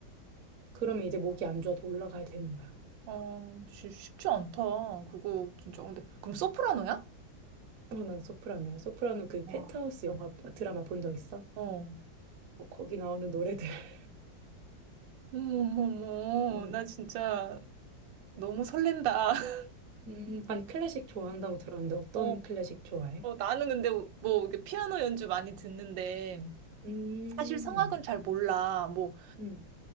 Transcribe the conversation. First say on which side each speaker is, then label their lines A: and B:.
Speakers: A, on the right; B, on the right.
A: 그러면 이제 목이 안 좋아도 올라가야 되는 거야.
B: 어, 쉬- 쉽지 않다. 그거 진짜. 근데, 그럼 소프라노야?
A: 어, 난 소프라노야. 소프라노 그
B: 와,
A: 펜트하우스 영화 드라마 본 적 있어?
B: 어.
A: 어, 거기 나오는 노래들. <laughs>
B: 어머머머,
A: 뭐,
B: 나 진짜 너무 설렌다. <laughs>
A: 음, 아니 클래식 좋아한다고 들었는데 어떤
B: 어,
A: 클래식 좋아해?
B: 어, 나는 근데 뭐, 이렇게 피아노 연주 많이 듣는데,
A: 음,
B: 사실 성악은 잘 몰라. 뭐,
A: 음,